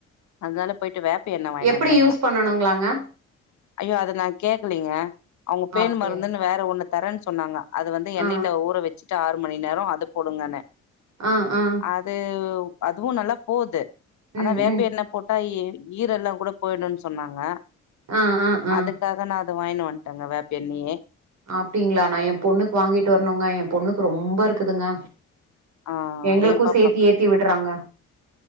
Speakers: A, on the left (about 65°); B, on the right (about 60°).
A: அதனால போயிட்டு வேப்ப எண்ணெ வாங்கினு
B: எப்படி
A: வந்தாங்க
B: யூஸ் பண்ணணுங்களாங்க
A: ஐயோ அத நான் கேக்கலீங்க அவங்க பேன்
B: அப்படியா
A: மருந்துன்னு வேற ஒண்ணு தரன்னு சொன்னாங்க அது வந்து எண்ணெயில
B: ஆ
A: ஊற வச்சி ட்டு ஆறு மணி நேரம் அது போடுங்கனு
B: ஆ ஆ
A: அது அதுவும் நல்லா போவுது ஆனா
B: ம்
A: வேப்பெண்ண
B: ம்
A: போட்டா எ ஈரெல்லாம் கூட போயிடும் சொன்னாங்க
B: ஆ ஆ ஆ
A: அதுக்காக நா அத வாங்கினு வண்ட்டங்க வேப்ப எண்ணியே
B: அப்டிங்களா நா ஏன் பொண்ணுக்கு வாங்கிட்டு வரணுங்க ஏன் பொண்ணுக்கு ரொம்ப இருக்குதுங்க
A: ஆஹ
B: எங்களுக்கு
A: ஏ பாப்பா
B: சேத்தி ஏத்தி விடுறாங்க